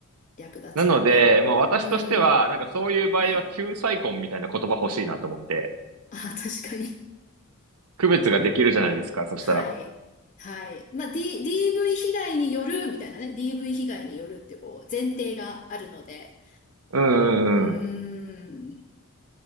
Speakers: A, on the left; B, on the right.
A: 略奪って。
B: なので、まあ、私としては、
A: うん。
B: なんかそういう場合は救済婚みたいな言葉欲しいなと思って、
A: はい。あ、確かに。
B: 区別ができるじゃないですか、そしたら。
A: はい。はい。まあ、D、DV 被害によるみたいなね。DV 被害によるってこう、前提があるので。
B: うんうんうん。
A: うーん。